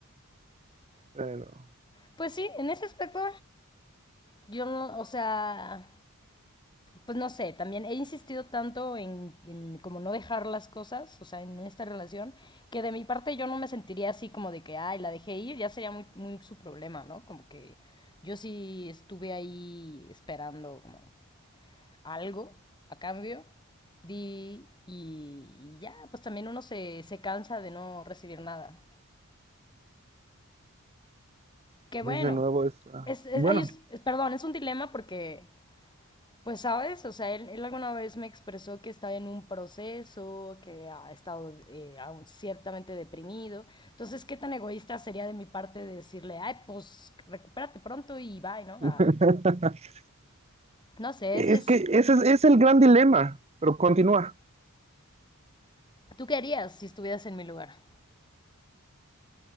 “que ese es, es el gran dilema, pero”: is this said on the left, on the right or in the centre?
Right